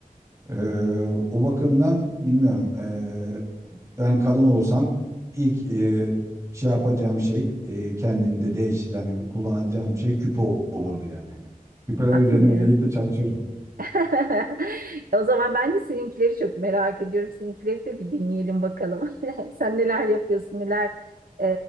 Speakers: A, on the right (about 20°); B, on the right (about 85°).
A: Ee, o bakımdan bilmiyorum. Ee, ben kadın olsam ilk e, şey yapacağım şey e, kendimde değiş yani kullanacağım şey küpe olurdu yani. Küpeler
B: anlıyorum.
A: üzerine özellikle çalışırdım.
B: <laughs> O zaman ben de seninkileri çok merak ediyorum. Seninkileri de bir dinleyelim bakalım. <laughs> Sen neler yapıyorsun, neler e,